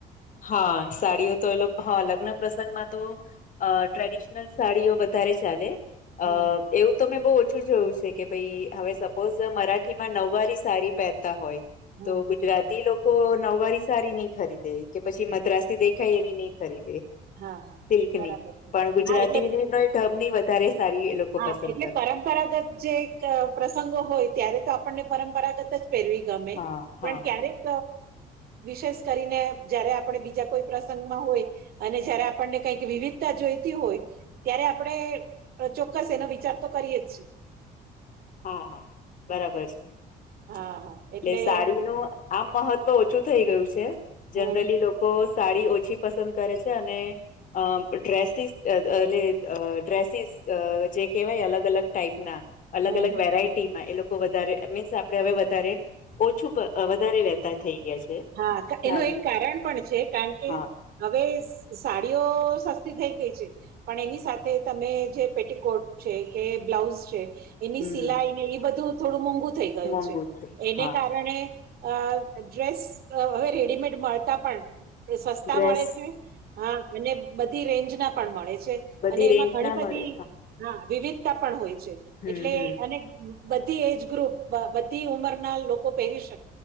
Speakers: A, on the left (about 50°); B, on the right (about 65°).
A: હા સાડીઓ તો એ લોકો હા લગ્ન પ્રસંગમાં તો અ ટ્રેડિશનલ સાડીઓ વધારે ચાલે,
B: હમ
A: અ એવું તો મેં બહુ ઓછું જોયું છે કે ભાઈ હવે સપોઝ મરાઠીમાં નવવારી સાડી પહેરતા હોય.
B: હમ
A: તો ગુજરાતી લોકો નવવારી સારી નહી ખરીદે. કે પછી મદ્રાસ થી દેખાય એવી નહી ખરી દે.
B: હા હા
A: સિલ્કની
B: બરાબર છે
A: પણ ગુજરાતીની
B: હા એટલે
A: ઢબની વધારે સારી એ લોકો
B: હા
A: પસંદ
B: એટલે
A: કરે
B: પરંપરાગત જે પ્રસંગો હોય ત્યારે તો આપણને પરંપરાગત જ. પેરવી ગમે,
A: હા
B: પણ
A: હા
B: ક્યારેક વિશેષ કરીને જયારે આપણે બીજા કોઈ પ્રસંગમાં હોય, અને જયારે આપણને કઈક વિવિધતા જોઈતી હોય, ત્યારે આપણે અ, ચોક્કસ એનો વિચાર તો કરીએે જ છે.
A: હા હા બરાબર છે, એટલે
B: હા હા એટલે
A: સાડીનું આમ મહત્વ ઓછું થઈ ગયું છે,
B: હમ
A: જનરલી‌ લોકો સાડી ઓછી પસંદ કરે છે અને અ ડ્રેસીસ એટલે ડ્રેસીસ જે કહેવાય અલગ અલગ ટાઈપના. અલગ
B: હમ
A: અલ વેરાયટી એ લોકો વધારે મીન્સ આપે હવે વધ ઓછું, વધારે વેતા થઈ ગયા છે.
B: હા
A: સાડી
B: એનું એક કારણ પણ છે કારણ કે.
A: હા
B: હવે સાડીઓ સસ્તી થઈ ગઈ છે. પણ એની સાથે તમે જે પેટકોટ છે કે બ્લાઉઝ છે. એની
A: હમ
B: સિલાઈ ને એ બધું થોડું મોંઘું થઈ ગયું
A: મોંઘુ
B: છે, એને
A: હા
B: કારણે અ ડ્રેસ હવે રેડીમેડ મળતા પણ. સસ્તા
A: ડ્રેસ
B: મળે છે, હા અને બધી રેન્જ ના પણ મળે છે.
A: બધી
B: અને એમાં
A: રેન્જ
B: ઘણી
A: ના
B: બધી
A: મળે
B: હા વિવિધ પણ હોય છે,
A: હમ
B: એટલે
A: હમ
B: અને બધી એજ ગ્રુપ બધી ઉંમરના લોકો પહેરી શકે,